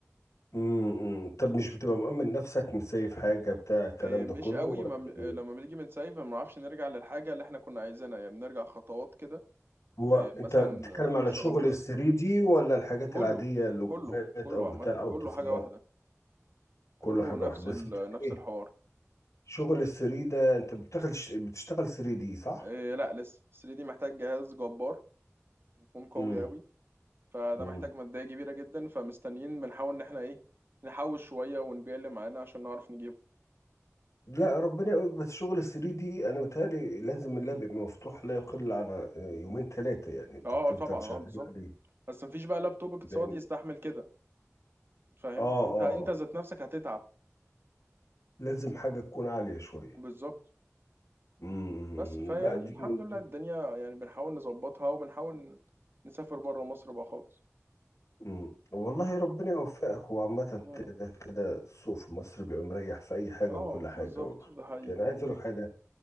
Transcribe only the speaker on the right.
إيه،
مش
قوي
ما إيه،
لما بنيجي من سايف ما بنعرفش نرجع للحاجة اللي احنا كنا عايزينها يعني بنرجع خطوات كده
إيه،
مثلا
فرشة
غلط
كله
كله كله
عامة
كله
حاجة واحدة كله
نفس
ال...
نفس
الحوار
إيه لا لسه 3 دي محتاج جهاز جبار يكون قوي
قوي فده
محتاج مادية كبيرة جدا فمستنيين بنحاول ان احنا ايه نحوش شوية ونبيع اللي معانا عشان نعرف نجيبه
اه
آه، طبعا
اه بالظبط
بس مفيش بقى لابتوب اقتصادي
يستحمل كده فاهم
وانت انت
ذات نفسك هتتعب
بالظبط
بس فيعني
الحمد
لله
الدنيا يعني بنحاول نظبطها وبنحاول نسافر بره مصر بقى خالص
يا
رب
اه
بالظبط
ده حقيقي